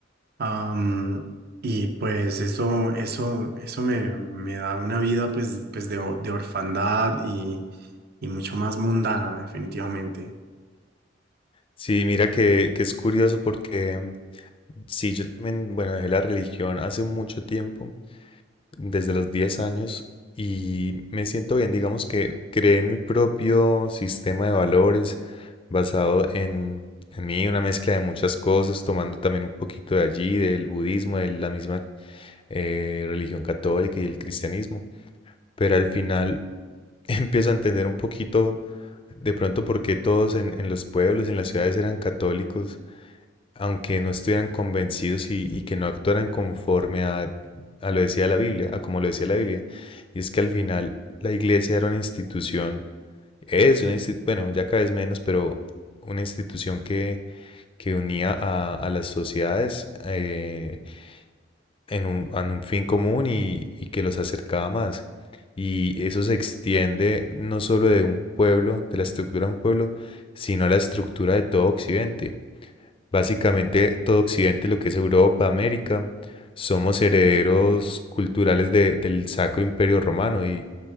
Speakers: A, on the right; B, on the left.
A: Am, y pues eso, eso, eso me, me da una vida pues, pues de, o- de orfandad y, y mucho más mundana definitivamente.
B: Sí, mira que, que es curioso porque mm, sí, yo también, bueno, dejé la religión hace mucho tiempo, desde los 10 años, y me siento bien, digamos que creé mi propio sistema de valores basado en, en mí, una mezcla de muchas cosas, tomando también un poquito de allí, del budismo, de la misma eh, religión católica y el cristianismo. Pero al final empiezo a entender un poquito de pronto por qué todos en, en los pueblos, en las ciudades eran católicos, aunque no estuvieran convencidos y, y que no actuaran conforme a, a lo decía la Biblia, a como lo decía la Biblia. Y es que al final la iglesia era una institución, es una institución, bueno, ya cada vez menos, pero una institución que, que unía a, a las sociedades, eh, en un, en un fin común y, y que los acercaba más. Y eso se extiende no solo de un pueblo, de la estructura de un pueblo, sino a la estructura de todo Occidente. Básicamente todo Occidente, lo que es Europa, América, somos herederos culturales de- del Sacro Imperio Romano y,